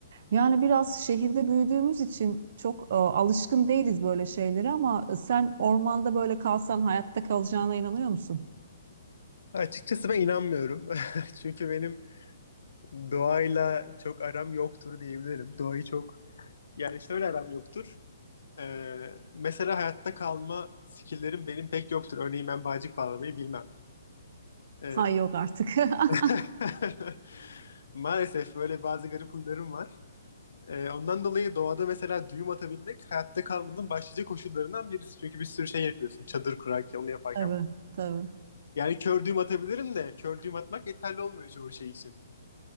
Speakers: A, on the right; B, on the left.
A: Yani biraz şehirde büyüdüğümüz için çok e, alışkın değiliz böyle şeylere ama e, sen ormanda böyle kalsan hayatta kalacağına inanıyor musun? <laughs>
B: Açıkçası ben inanmıyorum. <laughs> Çünkü benim doğayla çok aram yoktur diyebilirim. Doğayı çok yani şöyle aram yoktur. Ee, mesela hayatta kalma skill'lerim benim pek yoktur. Örneğin ben bağcık bağlamayı bilmem. Ee,
A: Yok artık. <laughs>
B: <laughs> maalesef böyle bazı garip huylarım var. Ee, ondan dolayı doğada mesela düğüm atabilmek hayatta kalmanın başlıca koşullarından birisi. Çünkü bir sürü şey yapıyorsun. Çadır kurarken, onu yaparken.
A: Tabii, tabii.
B: Yani kör düğüm atabilirim de kör düğüm atmak yeterli olmuyor çoğu şey için.